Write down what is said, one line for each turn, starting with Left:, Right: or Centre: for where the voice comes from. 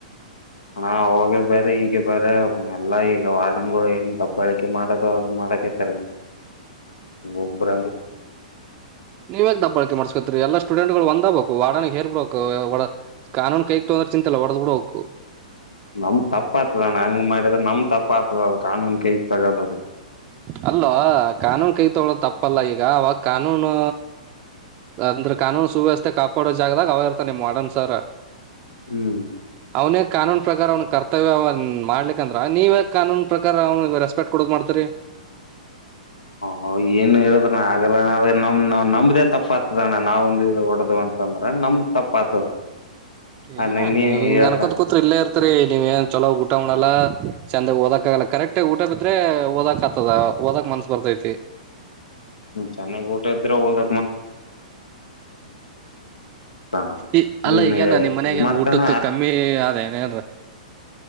Left: ಹ ಹೋಗ ಬೇರೆ ಈಗೆ ಬೇರೆ ಎಲ್ಲಾ ಈಗ ವಾರ್ಡನ್ಗಳು ಏನ್ ದಬ್ಬಾಳಿಕೆ ಮಾಡೋದು ಅದು ಮಾಡಕೇತರ ಒಬ್ರ
Right: ನೀವೇಗ್ ದಬ್ಬಾಳಕೆ ಮಾಡಸ್ಕೊತ್ರಿ ಎಲ್ಲ ಸ್ಟೂಡೆಂಟ್ ಗಳು ಒಂದ ಬಬೇಕು ವಾಡನ ಹೇರ್ ಬಿಡಕ್ು ಒ ಕಾನೂನ್ ಕೈಕ್ ತಂದ್ರೆ ಚಿಂತೆಿಲ್ಲಲ್ಲ ಹೊಡೆದ್ ಬಿಡಬೇಕು
Left: ನಮ್ ತಪ್ಪ ಆತದಣ್ಣ ಹಂಗ್ ಮಾಡಿದ್ರ ನಮ್ ತಪ್ಪ ಆತದ ಕಾನೂನ್ ಕೈ ತಗದದು
Right: ಅಲ್ವಾ ಕಾನೂನು ಕೈ ತಗಳೋ ತಪ್ಪ ತಪ್ಪಲ್ಲ ಈಗ ಅವಾಗ ಕಾನೂನು ಅಂದ್ರ ಕಾನೂನು ಸುವ್ಯವಸ್ಥೆ ಕಾಪಾಡೋ ಜಾಗದಾಗ ಅವಾಗ ಇರ್ತ ನಿ್ ಮಾಡರ್ನ್ ಸರ್
Left: ಹ್ಮ್
Right: ಅವನ ಕಾನೂನು ಪ್ರಕಾರ ಅವ ಕರ್ತವ್ಯ ಮಾಡ್ಲಿ ಅಂದ್ರ ನೀವೇ ಕಾನೂನು ಪ್ರಕಾರ ಅವನ್ಯಸ್ ಪೆಟ್ ಕೊಡಕ್ ಮಾಡ್ತರಿ
Left: ಹ ಏನು ಹೇಳುದ್ರಣ ಆಲ್ಲ್ರ ನಮ್ ನಾವ್ ನಮ್ದೇ ತಪ್ಪ ಆತದಣ್ಣ ನಾವೊಂದ ಹೊಡದ್ ಅಂತಂದ್ರ ನಮ್ದ ತಪ್ಪ ಆತದ
Right: ಏ
Left: ಅ ನೀ
Right: ನೀವ್ ಹಿಂಗ
Left: ಹೇಳ್ತ
Right: ಅನ್ಕೋತ್ ಕೂತ್ ಇಲ್ಲೇ ಇರ್ತರಿ ನೀವ ಏನ್ ಚೊಲೋ ಊಟ ಉಣಲ್ಲ ಚೆಂದಾಗ ಓದಕ್ ಆಗಲ್ಲ ಕರೆಕ್ಟ್ ಊಟ ಬಿದ್ರೆ ಓದಕ್ ಆಗ್ತದ ಓದಕ್ ಮನ್ಸ ಬರ್ತೈತಿ
Left: ಚೆನ್ನಾಗ ಊಟ ಇದ್ರೆ ಹೋದ ಬರ್ತಣ
Right: ಈ ಅಲ್ಲ
Left: ಏನ್
Right: ಈಗೇನ ನಿಮ್ಮ್ ಮನಯಾಗ ಏನ್
Left: ಮಾಡ್ತಣ
Right: ಊಟಕ್ಕೆ ಕಮ್ಮಿ ಅ ಏನೇನ್ರ